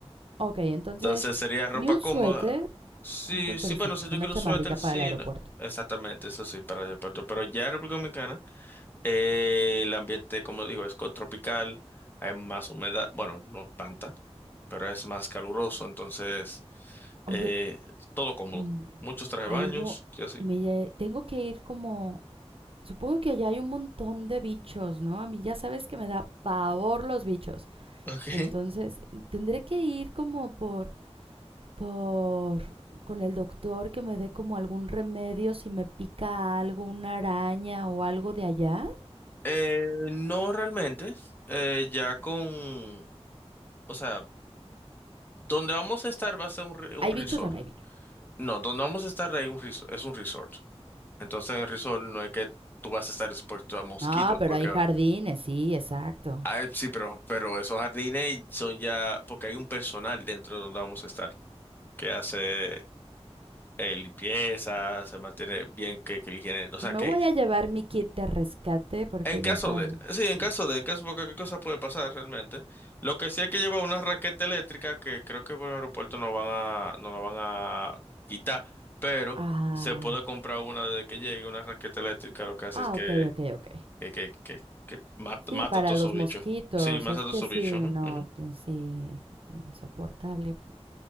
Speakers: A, on the right; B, on the left.
A: Ok, entonces,
B: Entonces sería ropa
A: ni un
B: cómoda.
A: suéter,
B: Sí,
A: un suétercito,
B: sí, bueno, si
A: es
B: yo
A: una
B: quiero
A: chamarrita
B: un suéter, sí.
A: para el aeropuerto.
B: no- Exactamente, eso sí, para el aeropuerto. Pero ya en República Dominicana, eh, el ambiente, como digo, es tropical, hay más humedad, bueno, no tanta. pero es más caluroso, entonces
A: Oye,
B: eh, todo cómodo.
A: mm,
B: Muchos traje
A: algo,
B: baños y así.
A: me, tengo que ir como, supongo que allá hay un montón de bichos, ¿no? A mí ya sabes que me da pavor los bichos.
B: Ok.
A: Entonces, tendré que ir como por, por, con el doctor que me dé como algún remedio si me pica algo, una araña o algo de allá.
B: Eh, no realmente, eh, ya con, o sea, donde vamos a estar va a ser un, re- un
A: ¿Hay
B: resort.
A: bichos o no hay bichos?
B: No, donde vamos a estar hay un res- es un resort. Entonces en el resort no es que tú vas a estar expuesto a mosquitos,
A: Ah, pero
B: porque
A: hay jardines, sí, exacto.
B: ay, sí, pero, pero esos jardines son ya, porque hay un personal dentro de donde vamos a estar que hace eh, limpieza, se mantiene bien que, que la higiene, o sea
A: Me
B: que
A: voy a llevar mi kit de rescate porque
B: en caso
A: ya sabes.
B: de, sí, en
A: Sí.
B: caso de, en caso de cualquier cosa puede pasar realmente. Lo que sí hay que llevar una raqueta eléctrica que creo que por el aeropuerto no van a, no la van a quitar, pero
A: Ah,
B: se puede comprar una desde que llegue, una raqueta eléctrica, lo que hace
A: ah,
B: es que,
A: ok, ok, ok.
B: que, que, que, que mata,
A: Sí,
B: mata
A: para
B: a todos
A: los
B: esos
A: mosquitos,
B: bichos. Sí, mata
A: es
B: a todos
A: que
B: esos
A: sí,
B: bichos. ujú,
A: no,
B: ujú.
A: te- sí, insoportable.